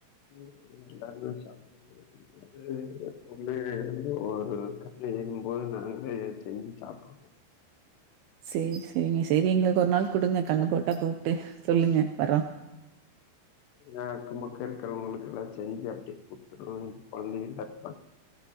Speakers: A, on the left (about 80°); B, on the right (about 80°).
A: ம் எல்லமே சாப்புடுவோ அது வந்து ஒரு கா லைல ஏழும்பும்போது நாங்களே செஞ்சு சாப்ட்ருவோ
B: சேரி செரிங்க செரி எங்களுக்கு ஒரு நாள் குடுங்க கன்னு போட்டா கூப்ட்டு சொல்லுங்க வர்றோ
A: ஆ அக்க பக்க இருக்கிறவங்களுக்கு எல்லா செஞ்சு அப்டியே குடுத்துட்றோ கொழந்தைகளுக் கட் பண்